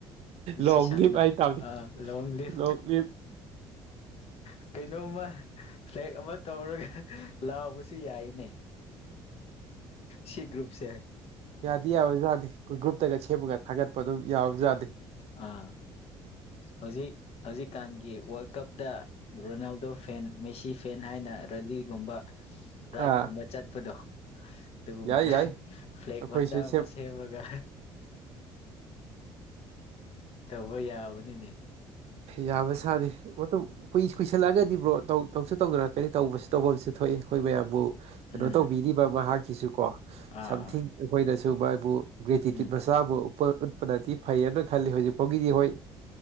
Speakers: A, on the left (about 55°); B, on the right (about 55°).
A: ꯄꯨꯟꯁꯤ
B: ꯂꯣꯡ
A: ꯁꯥꯡꯅ
B: ꯂꯤꯞ ꯍꯥꯏꯇꯥꯕꯅꯤ
A: ꯑ ꯂꯣꯡ ꯂꯤꯞ
B: ꯂꯣꯡ ꯂꯤꯞ
A: <unintelligible> ꯀꯩꯅꯣꯝꯃ ꯐ꯭ꯂꯦꯛ ꯑꯃ ꯇꯧꯔꯒ ꯂꯥꯎꯕꯁꯨ ꯌꯥꯏꯅꯦ ꯁꯤ ꯒ꯭ꯔꯨꯄ ꯁꯦ
B: ꯌꯥꯗꯤ ꯌꯥꯕ ꯖꯥꯠꯅꯤ ꯑꯩꯈꯣꯏ ꯒ꯭ꯔꯨꯞꯇꯒ ꯁꯦꯝꯃꯒ ꯊꯥꯒꯠꯄ ꯑꯗꯨꯝ ꯌꯥꯕ ꯖꯥꯠꯅꯤ
A: ꯑꯥ ꯍꯧꯖꯤꯛ ꯍꯧꯖꯤꯛꯀꯥꯟꯒꯤ ꯋꯥꯔꯜ ꯀꯞꯇ ꯔꯣꯅꯥꯜꯗꯣ ꯐꯦꯟ ꯃꯦꯁꯤ ꯐꯦꯟ ꯍꯥꯏꯅ ꯔꯂꯤꯒꯨꯝꯕ ꯔꯥꯏꯠ
B: ꯑꯥ
A: ꯀꯨꯝꯕ ꯆꯠꯄꯗꯣ ꯑꯗꯨꯒꯨꯝꯅ
B: ꯌꯥꯏ ꯌꯥꯏ
A: ꯐ꯭ꯂꯦꯛ
B: ꯑꯩꯈꯣꯏꯁꯨ
A: ꯃꯆꯥ ꯑꯃ
B: ꯁꯦꯝ
A: ꯁꯦꯝꯃꯒ ꯇꯧꯕ ꯌꯥꯕꯅꯤꯅꯦ
B: ꯌꯥꯕ ꯁꯥꯠꯅꯤ ꯃꯇꯨꯡ ꯀꯨꯏ ꯀꯨꯏꯁꯜꯂꯛꯑꯒꯗꯤ ꯕ꯭ꯔꯣ ꯇꯧꯁꯨ ꯇꯧꯅꯔꯛꯀꯅꯤ ꯇꯧꯕ ꯇꯧꯕꯐꯝ ꯑꯃꯁꯨ ꯊꯣꯛꯑꯦ ꯑꯩꯈꯣꯏ ꯃꯌꯥꯝꯕꯨ ꯀꯩꯅꯣ
A: ꯎꯝ
B: ꯇꯧꯕꯤꯔꯤꯕ ꯃꯍꯥꯛꯀꯤꯁꯨ ꯀꯣ
A: ꯑꯥ
B: ꯁꯝꯊꯤꯡ
A: ꯑꯥ
B: ꯑꯩꯈꯣꯏꯅꯁꯨ ꯃꯥꯕꯨ ꯒ꯭ꯔꯦꯇꯤꯇ꯭ꯌꯨꯠ
A: ꯎꯝ
B: ꯃꯁ ꯆꯥꯕꯨꯄ ꯎꯠꯄꯗꯗꯤ ꯐꯩꯌꯦꯅ ꯈꯜꯂꯤ ꯍꯧꯖꯤꯛꯐ ꯐꯥꯎꯒꯤꯗꯤ ꯍꯣꯏ